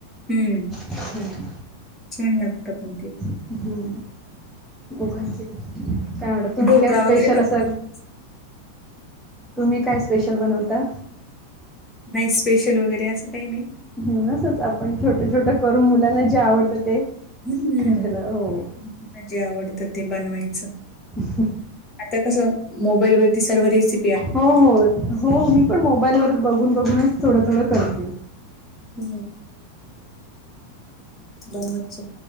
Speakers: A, on the left; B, in the centre.
A: हम्म
B: हम्म.
A: छान लागतात पण ते.
B: हम्म <unintelligible> तुम्ही
A: ढोकळा
B: काय स्पेशल
A: वगैरे पण
B: असं
A: बनवतात
B: तुम्ही काय स्पेशल बनवता?
A: नाही स्पेशल वगैरे असं काही नाही.
B: हम्म असच आपण छोटं छोटं करून मुलांना जे आवडतं ते
A: हम्म
B: करायला हो
A: हम्म जे आवडतं ते बनवायचं.
B: <unintelligible>
A: आता कसं मोबाईलवरती सर्व रेसि
B: हो हो हो मी पण मोबाईलवरच बघून बघूनच थोडं थोडं करते.
A: ह बनवत जा.